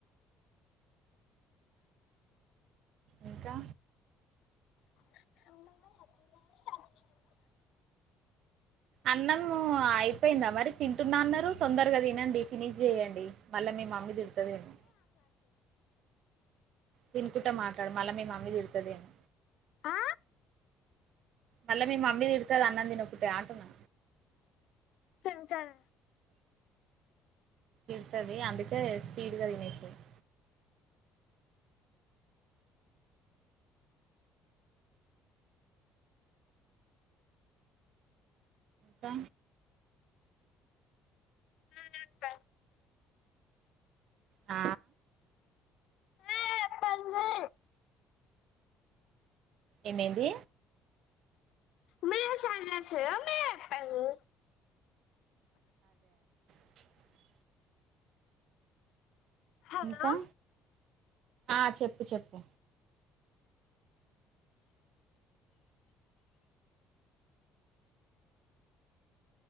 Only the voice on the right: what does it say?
ఇంకా
అన్నం అయిపోయిందా మరి తింటున్నా అన్నారు తొందరగా తినండి ఫినిష్ చేయండి. మళ్ళా మీ మమ్మీ తిడుతదేమో తినుకుంటా మాట్లాడు మళ్ళా మీ మమ్మీ తిడుతుదేమొ
మళ్ళా మీ మమ్మీ తిడుతాది అన్నం తినకపొతే అంటున్నా.
ఏంటవి అందుకే స్పీడ్ గా తినేసింది. ఇంక
ఆ
ఏందెంది
చెప్పాలి
ఇంకా ఆ చెప్పు చెప్పు